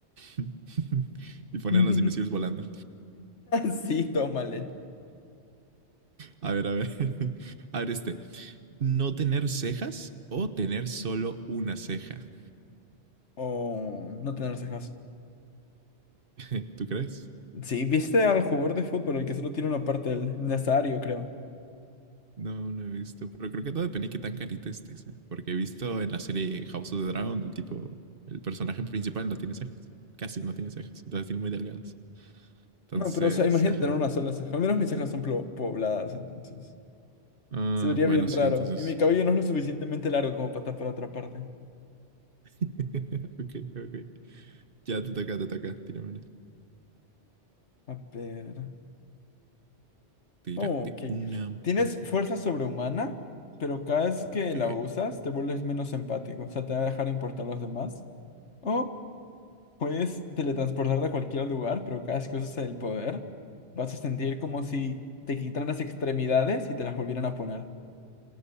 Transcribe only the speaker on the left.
<laughs>
Sí, toma mal
O no tener cejas.
Sí, ¿viste al jugador de fútbol, el que solo tiene una parte del nasario, creo?
No, pero o sea, imagínate
tener una sola ceja. Al menos mis cejas son plo- pobladas, entonces.
Se vería
bien
raro.
Y mi cabello no es lo suficientemente largo como para tapar otra parte.
A ver.
Oh, ok.
Tienes fuerza sobrehumana, pero cada vez
que la usas te vuelves menos empático. O sea, te va a dejar importar a los demás. O Puedes teletransportarte a cualquier lugar, pero cada vez que uses el poder, vas a sentir como si te quitaran las extremidades y te las volvieran a poner.